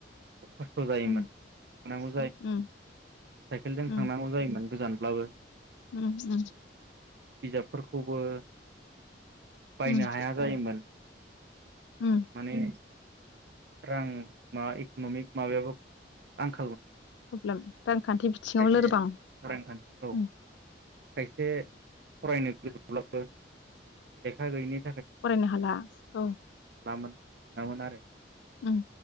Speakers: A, on the right; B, on the left.
A: खस्थ' जायोमोन
B: उम
A: नांगौ
B: उम
A: साइकेलजों
B: उम
A: थांनांगौ जायोमोन।
B: उम उम
A: बिजाबफोरखौबो बायनो
B: उम
A: हाया जायोमोन।
B: उम
A: माने रां माबा इकनमिक माबायाबो आं
B: <unintelligible> खान्थि बिथिङाव
A: खायसे
B: लोरबां
A: रांखान्थि औ
B: ओम।
A: खायसे फरायनो गोसोब्लाबो लेखा गैयिनि
B: फरायनो हाला औ।
A: हालामोन मोनामोन आरो।
B: ओम